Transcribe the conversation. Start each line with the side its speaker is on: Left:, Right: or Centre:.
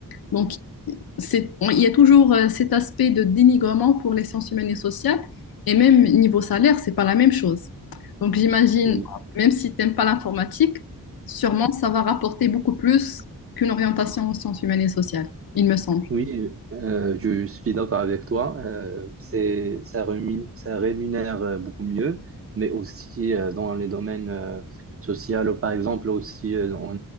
Left: Donc c'est- on- il y a toujours euh, cet aspect de dénigrement pour les sciences humaines et sociales, et même niveau salaire, c'est pas la même chose. Donc j'imagine,
Right: oui.
Left: même si t'aimes pas l'informatique, sûrement ça va rapporter beaucoup plus qu'une orientation en sciences humaines et sociales, il me semble.
Right: Oui, euh, je suis d'accord avec toi. Euh, c'est, ça rémunère, ça rémunère euh, beaucoup mieux, mais aussi euh, dans les domaines euh, sociaux, par exemple, aussi euh, on-